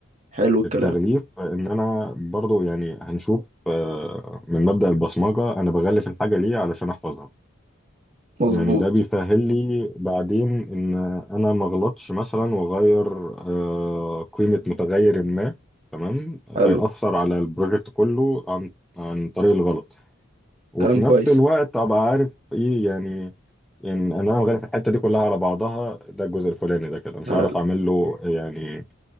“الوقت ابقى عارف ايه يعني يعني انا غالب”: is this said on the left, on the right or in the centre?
Centre